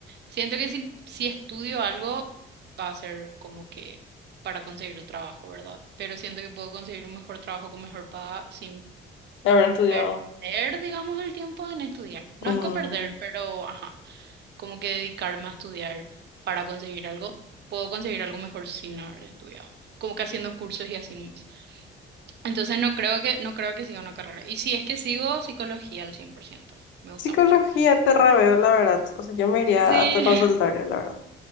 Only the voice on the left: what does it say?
Haber estudiado.
Mm.
Psicología
te reveo, la verdad. O sea, yo me iría
a tu consultorio, la verdad.